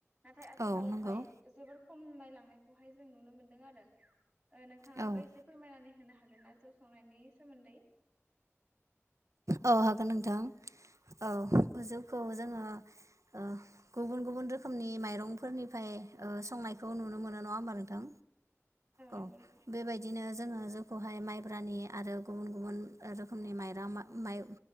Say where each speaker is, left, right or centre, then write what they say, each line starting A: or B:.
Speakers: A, on the right (about 15°); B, on the right (about 85°).
A: नाथाय आथिखालावहाय
B: औ नंगौ
A: जोबोर खममायलांनायखौहाय जों नुनो मोनदों आरो। ओ नोंथाङाबो
B: औ
A: एसे फोरमायनानै होनो हागोन ना जौ संनायनि सोमोन्दै।
B: औ हागोन नोंथां औ जौखौ जोङो ओ गुबुन गुबुन रोखोमनि माइरंफोरनिफ्राय ओ संनायखौ नुनो मोनो नङा होमबा नोंथां? औ
A: नंगौ नोंथां
B: बेबायदिनो जोङो जोंखौहाय माइब्रानि आरो गुबुन गुबुन रोखोमनि माइरं माइ